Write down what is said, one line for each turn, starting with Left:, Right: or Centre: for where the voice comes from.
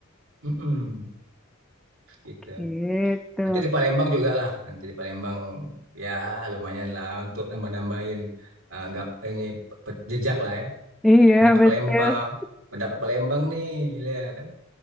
Right: Mm-mm. gitu.
Centre: Gitu.
Right: Nanti di Palembang juga lah, nanti di Palembang ya lumayan lah untuk nambah-nambahin eh, nggak ini pe- jejak lah ya
Centre: Iya,
Right: pernah ke
Centre: betul.
Right: Palembang pernah ke Palembang nih lihat kan